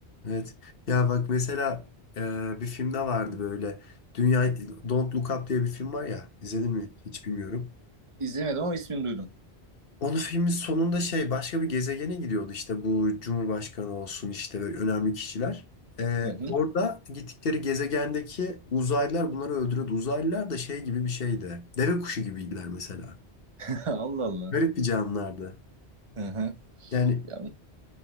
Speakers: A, on the left; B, on the right.
A: Evet. Ya bak mesela e, bir filmde vardı böyle. Dünya Don't Look Up diye bir film var ya. İzledin mi? Hiç bilmiyorum.
B: İzlemedim ama ismini duydum.
A: Onun filmin sonunda şey başka bir gezegene gidiyordu işte bu Cumhurbaşkanı olsun işte böyle önemli kişiler. Ee,
B: Hı hı.
A: orada gittikleri gezegendeki uzaylılar bunları öldürüyordu. Uzaylılar da şey gibi bir şeydi. Deve kuşu gibiydiler mesela.
B: <laughs> Allah Allah.
A: Garip bir canlılardı.
B: Hı hı.
A: Yani
B: Ya,